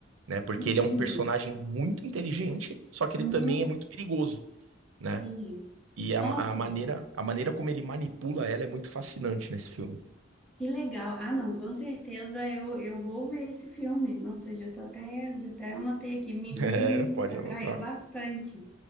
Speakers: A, on the right; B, in the centre.
A: né? Porque
B: entendi.
A: ele é um personagem muito inteligente, só que
B: Uhum,
A: ele também é muito perigoso. né?
B: entendi.
A: E a,
B: Nossa,
A: a maneira, a maneira como ele manipula ela é muito fascinante nesse filme.
B: Que legal. Ah, não, com certeza eu, eu vou ver esse filme. Nossa, eu já tô até, já até anotei aqui, me,
A: <laughs>
B: me
A: É, pode
B: atraiu
A: anotar.
B: bastante.